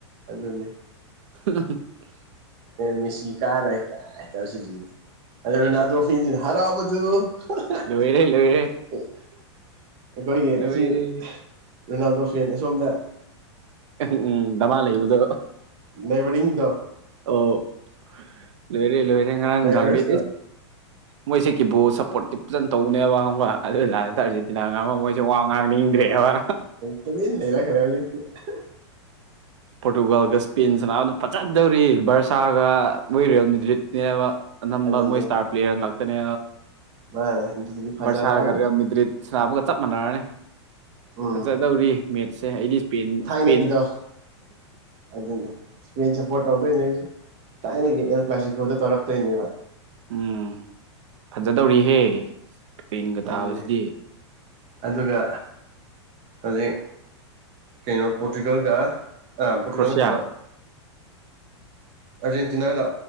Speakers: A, on the right; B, on the right.
A: ꯑꯗꯨꯅꯦ
B: <unintelligible>
A: ꯃꯤꯁꯤ ꯀꯥꯔꯣꯏ ꯀꯥꯏ ꯍꯔꯥꯎꯕꯖꯣ ꯑꯩꯈꯣꯏꯒꯤ
B: ꯂꯣꯏꯔꯦ ꯂꯣꯏꯔꯦ ꯂꯣꯏꯔꯦ
A: ꯑꯁꯤ ꯔꯣꯅꯥꯜꯗꯣ ꯐꯦꯟ ꯁꯣꯝꯗ
B: ꯎꯝ ꯗꯃꯥ ꯂꯩꯕꯗꯣ
A: ꯅꯥꯏꯕꯔꯤꯡꯗꯣ
B: ꯑꯣ ꯂꯣꯏꯔꯦ ꯂꯣꯏꯔꯦ ꯉꯔꯥꯡꯅꯨꯡ
A: ꯅꯥꯏꯕꯔꯁꯇꯣ
B: ꯊꯥꯡꯗꯦ ꯃꯣꯏꯁꯦ ꯀꯤꯕꯣꯠ ꯁꯞꯄꯣꯔꯠꯇꯤ ꯐꯖꯅ ꯇꯧꯅꯦꯕ ꯈꯪꯕ꯭ꯔꯥ ꯑꯗꯨ ꯂꯁꯤꯗ ꯑꯥꯔꯖꯦꯟꯇꯤꯅꯥ ꯉꯥꯡꯕ ꯃꯣꯏꯁꯦ ꯋꯥ ꯉꯥꯡꯅꯤꯡꯗ꯭ꯔꯦꯕ
A: ꯇꯨꯃꯤꯟ ꯂꯩꯔꯛꯈ꯭ꯔꯦ ꯍꯧꯖꯤꯛꯇꯤ <unintelligible>
B: ꯄꯣꯔꯇꯨꯒꯥꯜꯒ ꯏꯁꯄꯦꯟ ꯁꯅꯕꯗ ꯐꯖꯗꯧꯔꯤ ꯕꯔꯁꯥꯒ ꯃꯣꯏ ꯔꯤꯌꯦꯜ ꯃꯦꯗ꯭ꯔꯤꯠꯅꯦꯕ ꯑꯅꯝꯕ
A: ꯑꯗꯨꯅꯦ
B: ꯃꯣꯏ ꯏꯁꯇꯥꯔ ꯄ꯭ꯂꯦꯌꯔ ꯉꯥꯛꯇꯅꯦ
A: ꯃꯥꯅꯦ ꯑꯗꯨꯗꯤ ꯐꯖꯔꯛꯑꯅꯤ
B: ꯕꯁꯥ ꯀꯔꯦ ꯃꯗ꯭ꯔ ꯁ꯭ꯔꯥꯕ ꯆꯞ ꯃꯥꯟꯅꯔꯅꯤ
A: ꯎꯝ
B: ꯐꯖꯗꯧꯔꯤ ꯃꯦꯠꯁꯦ ꯑꯩꯗꯤ ꯏꯁꯄꯦꯟ
A: ꯑꯩꯅꯒꯤꯗꯣ ꯑꯗꯨꯅꯤ ꯏꯁꯄꯦꯟꯁꯦ ꯐꯣ ꯇꯧꯗꯁꯨ ꯊꯥꯏꯅꯒꯤ ꯑꯦꯜ ꯀ꯭ꯂꯥꯁꯤꯀꯣꯜꯗ ꯇꯧꯔꯛꯇꯣꯏꯅꯦꯕ
B: ꯎꯝ ꯐꯖꯗꯧꯔꯤꯍꯦ ꯇ꯭ꯔꯦꯟꯒ ꯇꯥꯕꯁꯤꯗꯤ
A: ꯑꯗꯨꯅꯤ ꯑꯗꯨꯒ ꯍꯧꯖꯤꯛ ꯀꯩꯅꯣ ꯄꯣꯇꯤꯀꯦꯜꯒ ꯑ ꯄꯨꯇꯀꯗ
B: ꯀ꯭ꯔꯣꯁꯤꯌꯥ
A: ꯆꯕ ꯑꯥꯔꯖꯦꯟꯇꯤꯅꯥꯒ